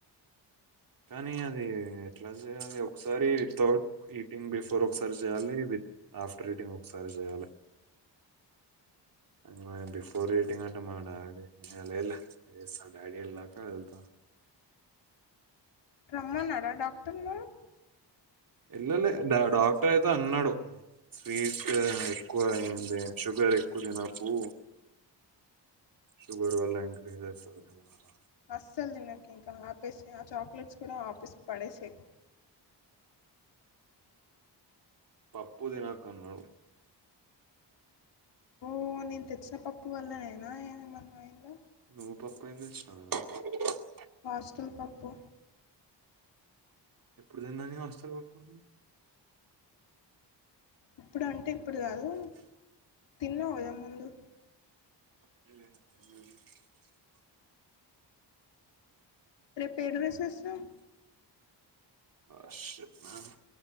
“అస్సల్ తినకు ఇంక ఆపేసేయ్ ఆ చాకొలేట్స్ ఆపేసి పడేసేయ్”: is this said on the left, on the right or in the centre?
Left